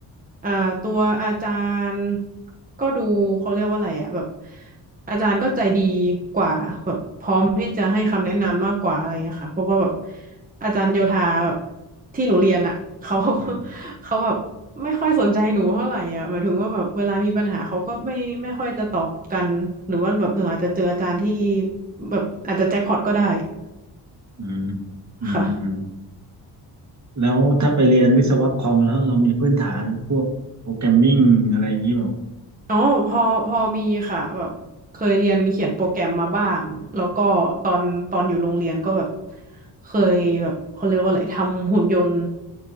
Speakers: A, on the right (about 20°); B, on the right (about 40°).
A: อ่าตัวอาจารย์ก็ดูเขาเรียกว่าอะไรอะแบบอาจารย์ก็ใจดีกว่าแบบพร้อมที่จะให้คำแนะนำมากกว่าอะไรเงี้ยค่ะเพราะว่าแบบอาจารย์โยธาแบบที่หนูเรียนอ่ะเขา
B: อืม
A: <laughs> เขาแบบไม่ค่อยสนใจหนูเท่าไหร่อ่ะหมายถึงว่าแบบเวลามีปัญหาเขาก็ไม่ไม่ค่อยจะตอบกันหรือว่าแบบหนูอาจจะเจออาจารย์ที่แบบอาจจะแจ็คพอตก็ได้
B: อืมอืมอืม
A: ค่ะ
B: แล้วถ้าไปเรียนวิศวะคอมแล้วเรามีพื้นฐานพวกโปรแกรมมิ่งอะไรอย่างนี้เปล่า
A: อ๋อพอพอมีค่ะแบบเคยเรียนเขียนโปรแกรมมาบ้างแล้วก็ตอนตอนอยู่โรงเรียนก็แบบเคยแบบเขาเรียกว่าอะไรทำหุ่นยนต์